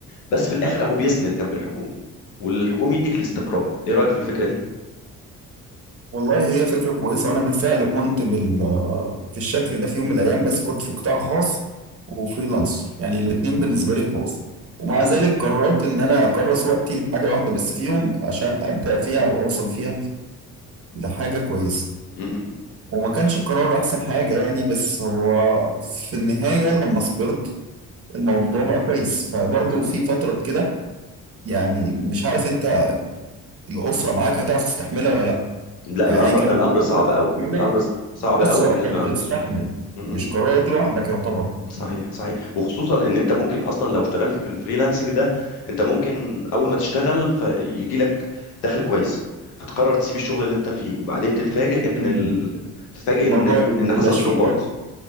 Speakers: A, on the left; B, on the right.
A: بس في الاخر اهو بيسند جنب الحكومة والحكومة يديك الاستقرار ايه رأيك في الفكرة دي
B: والله هي فكره كويسه وانا بالفعل كنت بال في الشكل ده في يوم من الايام بس كنت في قطاع خاص وفريلانسر يعني الاثنين بالنسبه لي خاص ومع
A: م-
B: ذلك قررت ان انا اكرس وقتي لحاجه واحده بس فيهم عشان ابدع فيها او اوصل فيها لحاجه كويسه
A: م- م.
B: وما كانش القرار احسن حاجه يعني بس هو في النهايه لما صبرت الموضوع بقى كويس فبرضه في فتره كده يعني مش عارف انت الاسره معاك هتعرف تستحملها ولا لا
A: لا
B: يعني
A: الامر
B: أيا كان
A: الامر صعب
B: اللي بتستحمله
A: قوي الامر ص- صعب
B: الأسرة
A: قوي بالنسبه
B: هي اللي
A: لعند
B: بتستحمل
A: اسره م-م.
B: مش قرارك لوحدك يعتبر
A: صحيح صحيح وخصوصا ان انت ممكن اصلا لو اشتغلت في الفريلانسنج ده انت ممكن اول ما تشتغل فيجي لك دخل كويس فتقرر تسيب الشغل اللي انت فيه وبعدين تتفاجئ
B: ممكن
A: ان ال... تتفاجئ
B: الموضوع
A: ان
B: ما
A: ان حصل
B: يبقاش
A: دروبات
B: فيه فرق